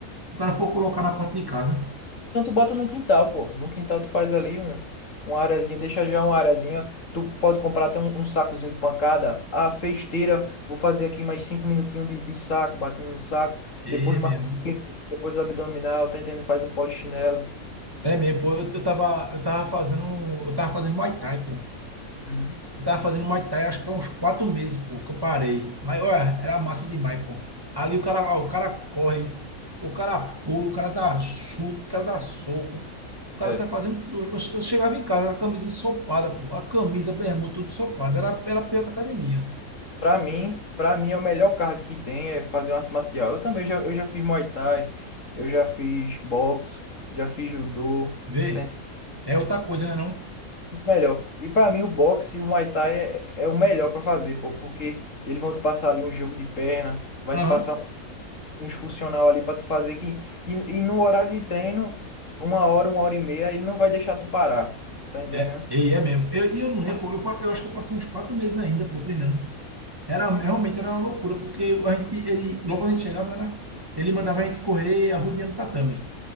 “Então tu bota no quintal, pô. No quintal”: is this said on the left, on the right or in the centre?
Left